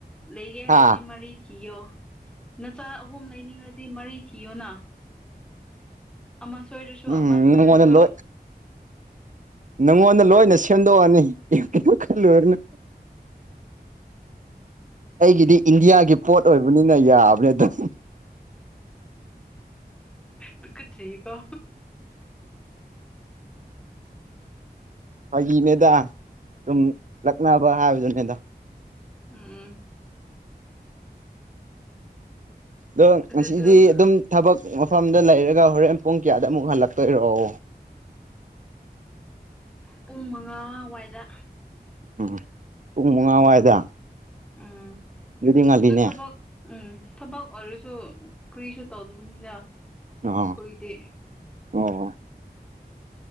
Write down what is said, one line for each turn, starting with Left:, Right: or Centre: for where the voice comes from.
Centre: ꯂꯩꯒꯦ ꯍꯥꯏꯔꯗꯤ
Right: ꯍꯥ
Centre: ꯃꯔꯤ ꯊꯤꯌꯣ ꯅꯆꯥ ꯑꯍꯨꯝ ꯂꯩꯅꯤꯡꯉꯗꯤ ꯃꯔꯤ ꯊꯤꯌꯣꯅ ꯑꯃ ꯁꯣꯏꯔꯁꯨ
Right: ꯎꯝ
Centre: ꯑꯃ ꯁꯣꯏꯔꯁꯨ
Right: ꯅꯪꯉꯣꯟꯗ ꯂꯣꯏ ꯅꯪꯉꯣꯟꯗ ꯂꯣꯏꯅ ꯁꯦꯝꯗꯣꯛꯑꯅꯤ ꯀꯅꯣ ꯈꯜꯂꯨꯔꯅ ꯑꯩꯒꯤꯗꯤ ꯏꯟꯗꯤꯌꯥꯒꯤ ꯄꯣꯠ ꯑꯣꯏꯕꯅꯤꯅ ꯌꯥꯕꯅꯦ ꯑꯗꯨꯝ
Centre: ꯇꯨꯒꯠꯆꯩꯀꫭ ꯆ
Right: ꯐꯥꯒꯤꯅꯦꯗ ꯁꯨꯝ ꯂꯛꯅꯕ ꯍꯥꯏꯕꯗꯨꯅꯦꯗ
Centre: ꯎꯝ
Right: ꯑꯗꯣ
Centre: ꯑꯗꯨꯗꯣ
Right: ꯉꯁꯤꯗꯤ ꯑꯗꯨꯝ ꯊꯕꯛ ꯃꯐꯝꯗ ꯂꯩꯔꯒ ꯍꯣꯔꯦꯟ ꯄꯨꯡ ꯀꯌꯥꯗ ꯑꯃꯨꯛ ꯍꯜꯂꯛꯇꯣꯏꯔꯛꯑꯣ
Centre: ꯄꯨꯡ ꯃꯉꯥ ꯑꯗꯨꯋꯥꯏꯗ
Right: ꯎꯝ ꯄꯨꯡ ꯃꯉꯥꯋꯥꯏꯗ
Centre: ꯎꯝ
Right: ꯑꯗꯨꯗꯤ ꯉꯜꯂꯤꯅꯦ
Centre: ꯑꯗꯨ ꯊꯕꯛ ꯎꯝ ꯊꯕꯛ ꯑꯣꯏꯔꯁꯨ ꯀꯔꯤꯁꯨ ꯇꯧꯗꯕꯅꯤꯅ ꯑꯩꯈꯣꯏꯒꯤꯗꯤ
Right: ꯑꯥ ꯑꯣ